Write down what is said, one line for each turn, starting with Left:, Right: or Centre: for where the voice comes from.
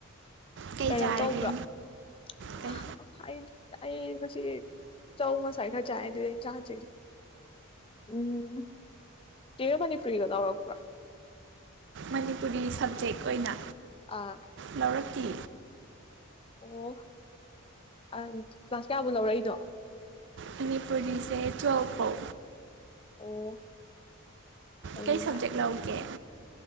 Right: ꯀꯩ
Left: ꯀꯩꯅꯣ
Right: ꯆꯥꯔꯒꯦ
Left: ꯇꯧꯕ꯭ꯔꯣ ꯑꯥ
Right: ꯀꯩ
Left: ꯑꯩ ꯑꯩ ꯉꯁꯤ ꯆꯧ ꯉꯁꯥꯏ ꯈꯔ ꯆꯥꯏ ꯑꯗꯨꯗꯩ ꯍꯦꯟ ꯆꯥꯗ꯭ꯔꯤꯗ ꯎꯝ ꯆꯦ ꯃꯅꯤꯄꯨꯔꯤꯒ ꯂꯧꯔꯛꯄ꯭ꯔꯣ
Right: ꯃꯅꯤꯄꯨꯔꯤ ꯁꯞꯖꯦꯛ ꯑꯣꯏꯅ
Left: ꯑꯥ
Right: ꯂꯧꯔꯛꯇꯤ
Left: ꯑꯣ ꯑ ꯀ꯭ꯂꯥꯁ ꯀꯌꯥꯕꯨ ꯂꯧꯔꯛꯏꯅꯣ
Right: ꯃꯅꯤꯄꯨꯔꯤꯁꯦ ꯇꯨꯌꯦꯜꯐꯄꯧ
Left: ꯑꯣ ꯐꯩꯅꯦ
Right: ꯀꯩ ꯁꯕꯖꯦꯛ ꯂꯧꯒꯦ